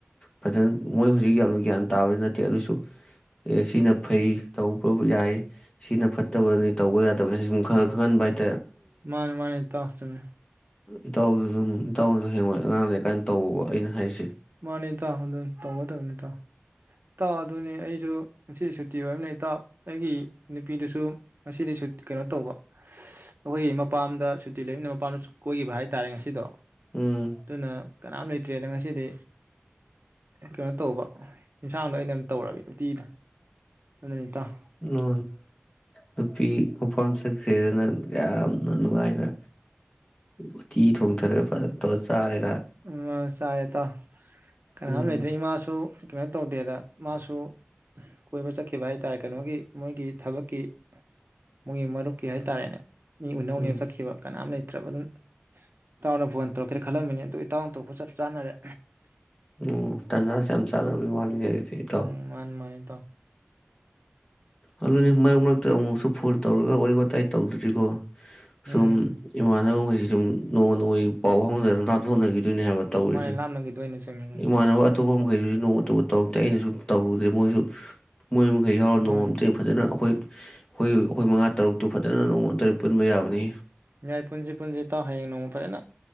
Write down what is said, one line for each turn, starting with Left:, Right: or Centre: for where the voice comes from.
Left: ꯐꯖꯅ ꯃꯣꯏ ꯍꯧꯖꯤꯛ ꯌꯥꯝꯅ ꯒ꯭ꯌꯥꯟ ꯇꯥꯕꯗꯤ ꯅꯠꯇꯦ ꯑꯗꯨꯁꯨ ꯑꯦ ꯁꯤꯅ ꯐꯩ ꯇꯧꯕ ꯌꯥꯏ ꯁꯤꯅ ꯐꯠꯇꯕꯅꯤ ꯇꯧꯕ ꯌꯥꯗꯕꯅꯤꯅ ꯁꯨꯝ ꯈꯪꯍꯟꯕ ꯍꯥꯏ
Right: ꯃꯥꯅꯦ ꯃꯥꯅꯦ ꯏꯇꯥꯎ ꯆꯨꯨꯝꯃꯦ
Left: ꯏꯇꯥꯎꯗꯨ ꯁꯨꯝ ꯏꯇꯥꯎꯅꯁꯨ ꯍꯌꯦꯡꯋꯥꯏ ꯑꯉꯥꯡ ꯂꯩꯔꯀꯥꯟꯗ ꯇꯧꯑꯣꯕ ꯑꯩꯅ ꯍꯥꯏꯔꯤꯁꯦ
Right: ꯃꯥꯅꯤ ꯏꯇꯥꯎ ꯇꯧꯒꯗꯕꯅꯤ <inaudible> <unintelligible> ꯏꯇꯥꯎ ꯑꯗꯨꯅꯦ ꯑꯩꯁꯨ ꯉꯁꯤꯗꯤ ꯁꯨꯇꯤ ꯑꯣꯏꯕꯅ ꯏꯇꯥꯎ ꯑꯩꯒꯤ ꯅꯨꯄꯤꯗꯨꯁꯨ ꯉꯁꯤꯗꯤ ꯀꯩꯅꯣ ꯇꯧꯕ ꯑꯩꯈꯣꯏꯒꯤ ꯃꯄꯥꯝꯗ ꯁꯨꯇꯤ ꯂꯩꯃꯤꯅ ꯃꯄꯥꯝꯗ ꯀꯣꯏꯈꯤꯕ ꯍꯥꯏꯇꯥꯔꯦ ꯉꯁꯤꯗꯣ
Left: ꯎꯝ
Right: ꯑꯗꯨꯅ ꯀꯅꯥꯝ ꯂꯩꯇ꯭ꯔꯦꯗ ꯉꯁꯤꯗꯤ ꯀꯩꯅꯣ ꯇꯧꯕ ꯑꯦꯟꯁꯥꯡꯗꯣ ꯑꯩꯅ ꯑꯃꯝ ꯇꯧꯔꯒꯦ ꯎꯅꯨꯡꯇꯤꯗ ꯑꯗꯨꯅꯤ ꯏꯇꯥꯎ
Left: ꯎ ꯅꯨꯄꯤ ꯃꯄꯥꯝ ꯆꯠꯈ꯭ꯔꯦꯅ ꯅꯪ ꯌꯥꯝꯅ ꯅꯨꯡꯉꯥꯏꯅ ꯎꯇꯤ ꯊꯣꯡꯊꯔꯒ ꯐꯖꯅ ꯇꯧꯔ ꯆꯥꯔꯦ
Right: ꯎꯝ ꯆꯥꯏꯌꯦ ꯏꯇꯥꯎ ꯀꯅꯥꯝ
Left: ꯎꯝ
Right: ꯂꯩꯇ꯭ꯔꯦ ꯏꯃꯥꯁꯨ ꯀꯩꯅꯣ ꯇꯧꯗꯦꯗ ꯃꯥꯁꯨ ꯀꯣꯏꯕ ꯆꯠꯈꯤꯕ ꯍꯥꯏꯇꯥꯥꯔꯦ ꯀꯩꯅꯣꯒꯤ ꯃꯣꯏꯒꯤ ꯊꯕꯛꯀꯤ ꯃꯣꯏꯒꯤ ꯃꯔꯨꯞꯀꯤ ꯍꯥꯏꯇꯥꯔꯦꯅꯦ ꯃꯤ ꯎꯅꯧꯅꯔ
Left: ꯎꯝ
Right: ꯆꯠꯈꯤꯕ ꯀꯅꯥꯝ ꯂꯩ ꯇꯕꯆꯔꯅ ꯏꯇꯥꯎꯅ ꯐꯣꯟ ꯇꯧꯔꯛꯀꯦ ꯈꯜꯂꯝꯃꯤꯅꯤ ꯑꯗꯨ ꯏꯇꯥꯎ ꯊꯧꯔꯛꯄ ꯆꯞ ꯆꯥꯅꯔꯦ
Left: ꯎꯝ ꯇꯟꯖꯥ ꯁꯦ ꯌꯥꯝ ꯆꯥꯟꯅꯕꯩ ꯋꯥꯅꯤꯅꯦ ꯗꯨꯗꯤ ꯏꯇꯥꯎ
Right: ꯎꯝ ꯃꯥꯅꯤ ꯃꯥꯅꯤ ꯏꯇꯥꯎ
Left: ꯑꯗꯨꯅꯤ ꯃꯔꯛ ꯃꯔꯛꯇ ꯑꯃꯨꯛꯁꯨ ꯐꯣꯟ ꯇꯧꯔꯒ ꯋꯥꯔꯤ ꯋꯥꯇꯥꯏ ꯇꯧꯁꯤꯀꯣ
Right: ꯎꯝ
Left: ꯁꯨꯝ ꯏꯃꯥꯟꯅꯕꯩ ꯉꯁꯤ ꯨ ꯅꯣꯡꯃ ꯅꯣꯡꯃꯒꯤ ꯄꯥꯎ ꯐꯥꯎꯅꯗꯔꯃꯤꯅ ꯂꯥꯞꯊꯣꯛꯅꯈꯤ ꯑꯗꯨꯅꯦ ꯍꯥꯏꯕ ꯇꯧꯔꯤꯁꯦ
Right: ꯃꯥꯅꯦ ꯂꯥꯞꯅꯈꯤꯗꯣꯏꯅꯦ ꯆꯨꯝꯃꯤꯅꯦ
Left: ꯏꯃꯥꯟꯅꯕ ꯑꯇꯣꯞꯄ ꯃꯈꯩꯗꯨꯁꯨ ꯅꯣꯡꯃꯇ ꯇꯧꯔꯛꯇꯦ ꯑꯩꯅꯁꯨ ꯇꯧꯔꯨꯗ꯭ꯔꯦ ꯃꯣꯏꯁꯨ ꯃꯣꯏ ꯑꯩꯈꯩ ꯌꯥꯎꯔ
Right: ꯃꯥꯅꯤ
Left: ꯅꯣꯡꯃꯝꯇꯦꯡ ꯐꯖꯅ ꯑꯩꯈꯣꯏ ꯑꯩꯈꯣꯏ ꯑꯩꯈꯣꯏ ꯃꯉꯥ ꯇꯔꯨꯛꯇꯨ ꯐꯖꯅ ꯅꯣꯡꯃꯥ ꯑꯝꯇꯥꯗꯤ ꯄꯨꯟꯕ ꯌꯥꯕꯅꯤ
Right: ꯌꯥꯏ ꯄꯨꯟꯁꯤ ꯄꯨꯟꯁꯤ ꯏꯇꯥꯎ ꯍꯌꯦꯡ ꯅꯣꯡꯃ ꯐꯖꯅ